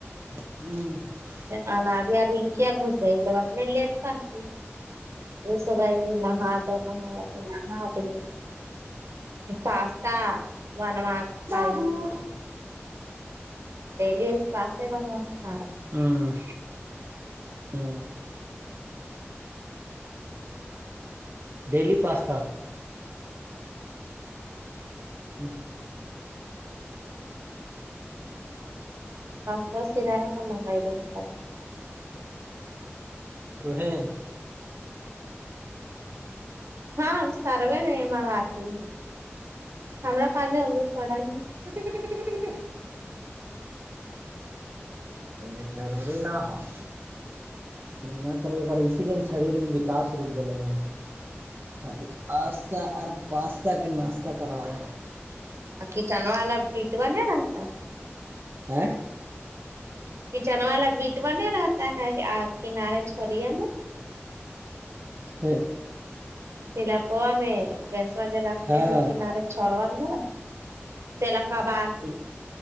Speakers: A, on the right; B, on the right.
A: ہوں
B: آ اب ار کیا گھس گئے لوگ اپنے لیٹ کرتی ہے وہ سائی نہا تو نہا نہاتی پاستا منو کھائی
A: بابو
B: دلیی بھی پاسے میںو اچھا ہے
A: ہاں ہوں ڈیلی پاستا ہی
B: فسا سم گ ہے
A: توہیں
B: <unintelligible>
A: کٹ کٹ کٹ کیونکہ ضروری نہ ہاں نہ کر ا اسی لیے شریر میں وکاس رک گے ہیں ہاں جی استہ اور پاستہ کے ناشتہ کرایا
B: کچن والا بٹوا نہیں رہتا ہے
A: ہیں
B: کچن والا بیٹوانہیں رہتا ہے آگ کنارے چھڑیے میں
A: ہاں
B: <unintelligible>
A: ہاں
B: چڑوا نا تلا کا برتی